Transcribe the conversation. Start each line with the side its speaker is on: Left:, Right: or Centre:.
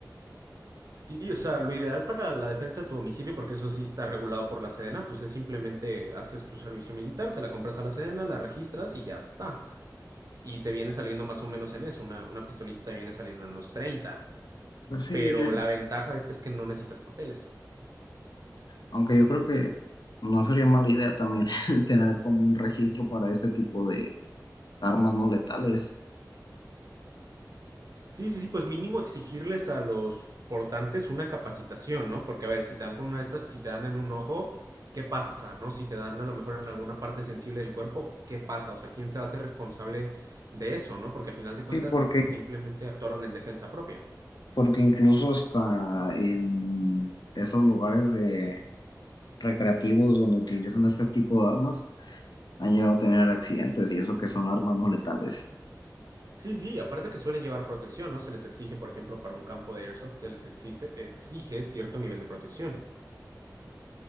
Right: Sí, o sea, lo ideal para la defensa de tu domicilio, porque eso sí está regulado por la Sedena, pues es simplemente haces tu servicio militar, se la compras a la Sedena, la registras y ya está. Y te viene saliendo más o menos en eso, una, una pistolita te viene saliendo en unos 30.
Left: Pero sí,
Right: pero
Left: yo,
Right: la ventaja de este es que no necesitas papeles.
Left: aunque yo creo que no sería mala idea también <laughs> tener como un registro para este tipo de armas no letales.
Right: Sí, sí, sí, pues mínimo exigirles a los portantes una capacitación, ¿no? Porque a ver, si te dan con una de estas, si te dan en un ojo, ¿qué pasa, no? Si te dan a lo mejor en alguna parte sensible del cuerpo, ¿qué pasa? O sea, ¿quién se hace responsable de eso, no? Porque a final de cuentas
Left: Sí, porque,
Right: simplemente actuaron en defensa propia.
Left: porque incluso hasta en esos lugares de recreativos donde utilizan este tipo de armas, han llegado a tener accidentes y eso que son armas no letales.
Right: Sí, sí, aparte que suelen llevar protección, ¿no? Se les exige, por ejemplo, para un campo de airsoft, se les exige, exige cierto nivel de protección.